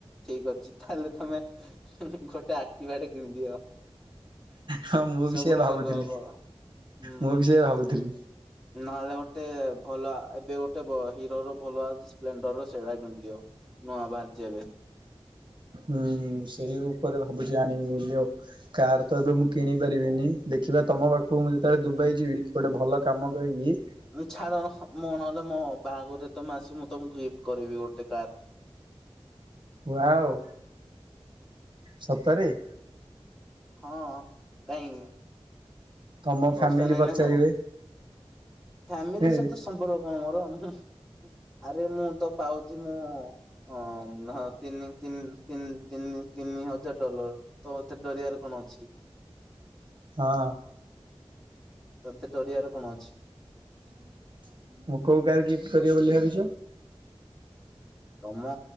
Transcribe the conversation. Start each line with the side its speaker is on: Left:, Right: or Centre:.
Centre: ଠିକ ଅଛି ତାହେଲେ ତମେ ଗୋଟେ ଆକ୍ଟିବା ବା ଟେ କିଣିଦିଅ
Right: ହଁ ମୁଁ ବି
Centre: ସବୁଠୁ
Right: ସେୟା ଭାବୁଥିଲି।
Centre: ଭଲ ହବ ହୁଁ
Right: ମୁଁ ବି ସେୟା ଭାବୁଥିଲି।
Centre: ନହେଲେ ଗୋଟେ ଭଲ ଏବେ ଗୋଟେ ବ ହିରୋ ର ଭଲ ସ୍ପେଣ୍ଡର୍ ର ସେଇଟା କିଣିଦିଅ। ନୂଆ ବାହାରିଛି ଏବେ
Right: ହୁଁ ସେଇ ଉପରେ ଭାବୁଛି ଆଣିବି ବୋଲି ଆଉ କାର୍ ତ ଏବେ ମୁଁ କିଣି ପାରିବିନି ଦେଖିବା ତମ ପାଖକୁ ମୁଁ ଯେତେବେଳେ ଦୁବାଇ ଯିବି ଗୋଟେ ଭଲ କାମ କରିକି
Centre: ଚ୍ଛାଡ଼ ମୁଁ <unintelligible> ମ ବାହାଘର ରେ ତମେ ଆସି ମୁଁ ତମକୁ ଗିଫ୍ଟ କରିବି ଗୋଟେ କାର୍।
Right: ୱାଓ ସତରେ !
Centre: ହଁ କାଇଁ
Right: ତମ ଫ୍ୟାମିଲି
Centre: ଭରଷା ନାାଇଁ
Right: ପଚାରିବେ
Centre: ନା କଣ? ଫ୍ୟାମିଲି
Right: ହଁ
Centre: ସହିତ ସମ୍ପର୍କ କଣ ମୋର? ମୁ ଆରେ ମୁଁ ତ ପାଉଛି ମୁଁ ଅ
Right: ହ <inaudible>
Centre: ହଁ ତିନି ତିନ୍ ତିନ୍ ତିନି ତିନି ହଜାର ଡଲର୍ ତ ମୋତେ ଡରିିବାରେ କଣ ଅଛି?
Right: <inaudible> ହଁ।
Centre: ତୋତେ ଡରିଆର କଣ ଅ
Right: <inaudible> ମୁଁ କୋଉ କାର୍ ଗିଫ୍ଟ କରିବ ବୋଲି ଭାବିଚ୍
Centre: ତମ